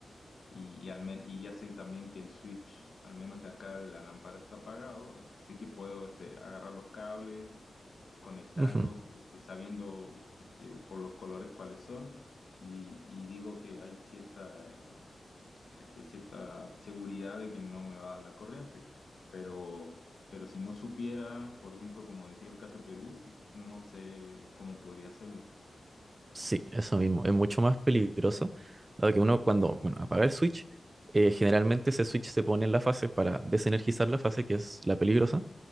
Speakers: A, on the left; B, on the right.
A: y, y, al men- y ya sé también que el switch, al menos de acá de la lámpara, está apagado. Este, sé que puedo este, agarrar los cables y conectarlos,
B: ujú.
A: este, sabiendo este, por los colores cuáles son. Y, y digo que hay cierta, este, cierta seguridad de que no me va a dar la corriente. Pero, pero si no supiera, por ejemplo, como decía el caso Perú, no sé cómo podría hacerlo.
B: Sí, eso mismo. Es mucho más peligroso, dado que uno cuando, bueno, apaga el switch, eh, generalmente ese switch se pone en la fase para desenergizar la fase, que es la peligrosa.